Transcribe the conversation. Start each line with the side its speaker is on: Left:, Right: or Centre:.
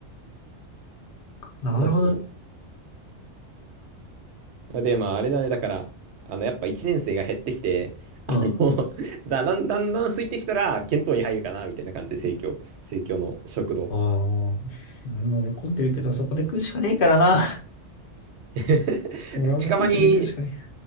Left: なるほどね。
Right: あ、そう。あで、まあ、あれだね。だから、あの、やっぱ1年生が減ってきて、あの、
Left: うん。
Right: <laughs> だ、だんだんだん空いてきたら、検討に入るかな、みたいな感じで、生協、生協の食堂。
Left: ああ、もう俺混んでるけど、そこで食うしかねえからな。
Right: <laughs>
Left: 俺はもう生協で食うしかね
Right: 近場に、